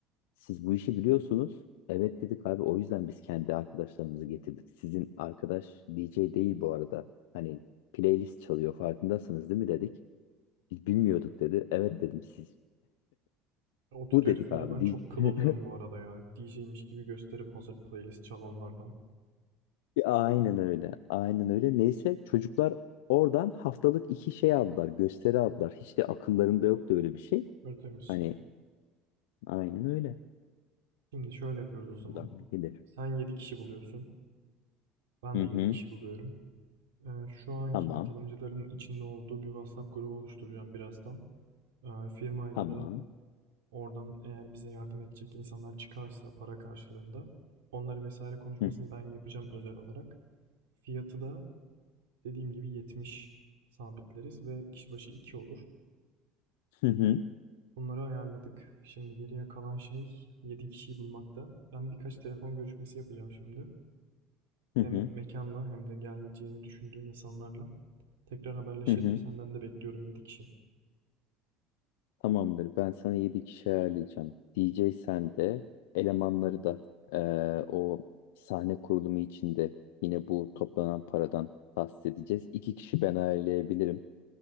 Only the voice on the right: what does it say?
O tür
heriflere
ben
çok kıl
oluyorum bu arada ya. DJ'miş gibi gösterip hazır playlist çalanlardan.
Örtemiz.
Şimdi şöyle yapıyoruz o zaman.
Sen 7 kişi buluyorsun. Ben
de
7 kişi buluyorum. Ee, şu anki
katılımcıların içinde olduğu bir WhatsApp grubu oluşturacağım birazdan. Ee, firmayla
da oradan eğer bize yardım edecek insanlar çıkarsa para karşılığında onları vesaire konuşmasını
ben yapacağım özel olarak. Fiyatı da Dediğim gibi 70 sabitleriz ve kişi başı 2 olur.
Bunları ayarladık. Şimdi geriye kalan şey 7 kişiyi bulmakta. Ben birkaç telefon görüşmesi yapacağım şimdi.
Hem
mekanla hem de geleceğini düşündüğüm insanlarla. Tekrar haberleşelim.
Senden de bekliyorum 7 kişi.